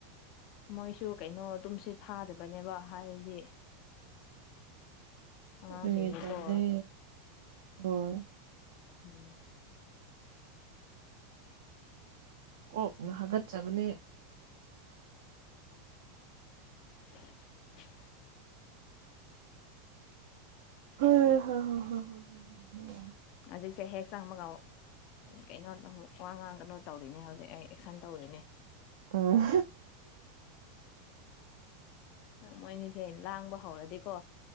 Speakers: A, on the left; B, on the right.
A: ꯃꯣꯏꯁꯨ ꯀꯩꯅꯣ ꯑꯗꯨꯝ ꯇꯨꯝꯁꯤꯠ ꯐꯥꯗꯕꯅꯦꯕ ꯍꯥꯏꯔꯗꯤ ꯑꯉꯥꯡꯁꯤꯡꯁꯦꯀꯣ
B: ꯑꯗꯨꯒꯤ ꯇꯜꯂꯦ ꯍꯣꯏ
A: ꯎꯝ
B: ꯀꯣꯛꯅ ꯍꯥꯒꯠꯆꯕꯅꯦ
A: <inaudible>
B: ꯍꯣꯏ ꯍꯣ ꯍꯣ ꯍꯣ <unintelligible>
A: ꯍꯧꯖꯤꯛꯁꯦ ꯍꯦꯛ ꯆꯥꯡꯕꯒ ꯀꯩꯅꯣ ꯇꯧꯍꯧ ꯋꯥ ꯉꯥꯡꯒꯅꯣ ꯇꯧꯔꯤꯅꯦ ꯍꯧꯖꯤꯛ ꯑꯩ ꯑꯦꯛꯁꯟ ꯇꯧꯔꯤꯅꯦ
B: ꯎꯝ
A: <inaudible> ꯃꯣꯏꯅꯤꯁꯦ ꯍꯦꯛ ꯂꯥꯡꯕ ꯍꯧꯔꯗꯤꯀꯣ